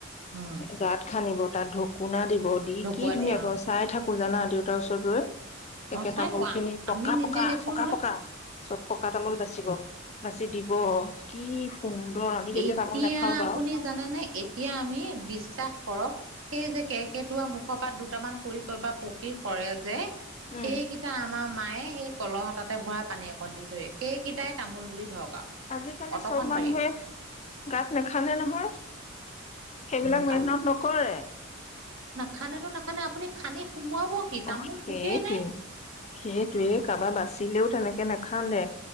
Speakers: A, on the right; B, on the left.
A: উম
B: গাঁত খান্দিব তাত ঢকুনা দিব দি
A: ঢকুৱা
B: কি ধুনীয়া
A: দিয়ে অ'
B: ক চাই থাকো জানা দেউতাৰ ওচৰত ৰৈ। একে
A: অ' চাই
B: তামোল
A: থাকো
B: খিনি পকা
A: আমি নিজে
B: পকা
A: দেখো
B: পকা
A: নহয়
B: পকা চব পকা তামোল বেছ ছিব বাছি দিব কি সুন্দৰ আমি যেতিয়া
A: এতিয়া
B: তামোল নাখাও বাৰু
A: আপুনি জানেনে এতিয়া আমি বিশ্বাস কৰক সেই যে কেকটুৱা মুখৰ পাত দুটামান সৰি বা পকি সৰে যে
B: উম
A: সেইকেইটা আমাৰ মায়ে সেই কলহ এটাতে ভৰাই পানী অকণ দি থয়, সেইকেইটাই তামোল বুলি ধৰক। আৰু
B: আজিকালি
A: অতখন
B: চব মানুহে
A: বাৰীত
B: গাত নেখানে নহয়। সেইবিলাক
A: উম
B: মেহনত নকৰে।
A: খানাটো নেখানে আপুনি খানি সোমোৱাব কি তামোল
B: অ সেইটোৱে
A: থোকেই নে
B: সেইটোৱে কাৰোবাৰ বাচিলেও তেনেক কে নাখান্দে